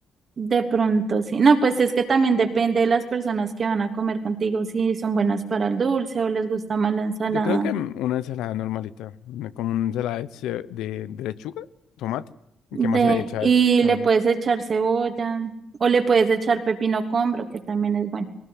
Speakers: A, on the right; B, on the left.
A: De pronto, sí. No, pues es que también depende de las personas que van a comer contigo, si son buenas para el dulce o les gusta más la ensalada.
B: Yo creo que mm, una ensalada normalita, una- como una ensalada de, ce- de, de lechuga, tomate.
A: De,
B: ¿Qué más se le echa
A: y
B: a eso? ¿Qué
A: le
B: más
A: puedes
B: le-
A: echar cebolla o le puedes echar pepino combro, que también es bueno.